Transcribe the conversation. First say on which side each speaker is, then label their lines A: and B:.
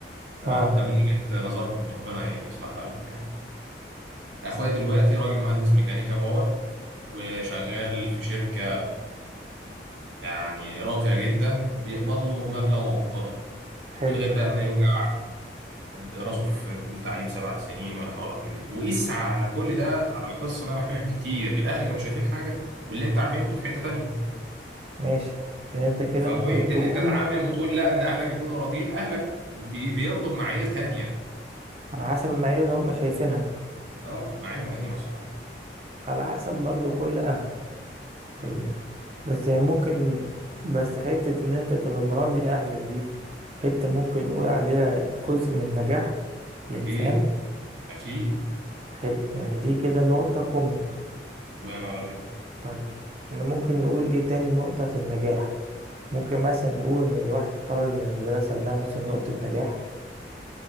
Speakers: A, on the right; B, on the right.
A: تمام
B: اه
A: ده من وجهه نظرهم ربنا يصلحها لهم يعني اخويا دلوقتي راجل مهندس ميكانيكا باور وشغال في شركه يعني راقية جدا بيقبض له مبلغ وقدره
B: حلو
A: من غير بقى ما يوجع راسه في التعليم سبع سنين ولا حوارات من دي وقيس على كل ده على القصة اللي انا بحكي لك دي كتير الاهل كانوا شايفين حاجة واللي انت عملته في حتة تانية
B: ماشي يعني انت كده
A: فبوينت
B: ممكن تقول
A: ان انت تعمم وتقول لا ان اهلك يكونوا راضيين اهلك بي- بيرضوا بمعايير تانية
B: على حسب المعايير اللي هم شايفينها
A: اه معاييرهم قديمة الصراحة
B: على حسب برضو كل اهل
A: مم.
B: يعني. بس يعني ممكن بس حتة ان انت تبقى مراضي اهلك دي حتة ممكن نقول عليها جزء من نجاح الانسان
A: اكيد اكيد
B: حلو يعني دي كده نقطة كومن
A: الله ينور عليك
B: طيب احنا ممكن نقول ايه تاني نقطة في النجاح ممكن مثلا نقول ان الواحد اتخرج من المدرسة ده مثلا نقطة نجاح